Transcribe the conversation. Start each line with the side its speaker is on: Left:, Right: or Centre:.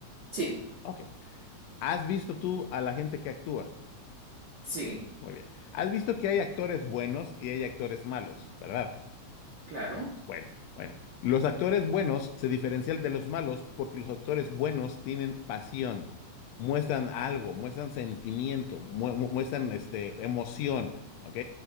Right: sí,
Left: Ok. ¿Has visto tú a la gente que actúa?
Right: sí.
Left: Muy bien. ¿Has visto que hay actores buenos y hay actores malos, verdad?
Right: Claro,
Left: Bueno, bueno. Los actores buenos se diferencian de los malos porque los actores buenos tienen pasión, muestran algo, muestran sentimiento, mu- mu- muestran este, emoción, ¿ok?